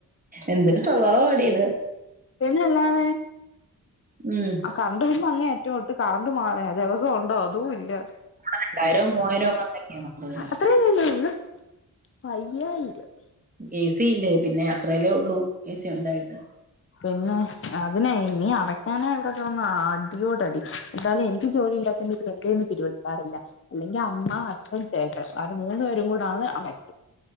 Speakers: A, on the right; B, on the left.
A: എന്തൊരു സ്വഭാവോടി ഇത്
B: പിന്നല്ലാതെ
A: ഉം
B: ആ കറണ്ട് ബില്ല് അങ്ങേയറ്റാ ഒട്ടും കറണ്ട് മാ ദിവസോം ഒണ്ടോ അതും ഇല്ല
A: രണ്ടായിരോ മൂവായിരോ അങ്ങാണ്ടൊക്കെയാണ് തോന്നുന്നു
B: <unintelligible> അയ്യായിരം
A: എ സി ഇല്ലേ പിന്നെ അത്രയല്ലേ ഉള്ളൂ എ സി ഉണ്ടായിട്ട്
B: പിന്നെ അതിനെ ഇനി അടക്കാന അവിടെ കിടന്ന് ആ അടിയോടടി എന്താലും എനിക്ക് ക്ക് ജോലി ഇല്ലാത്തോണ്ട് പിന്നെ എന്റേന്ന് <unintelligible> ഇല്ല അല്ലെങ്കി അമ്മ അച്ഛൻ ചേട്ടൻ കാരണം മൂന്നു പേരും കൂടാണ് അവിടെ.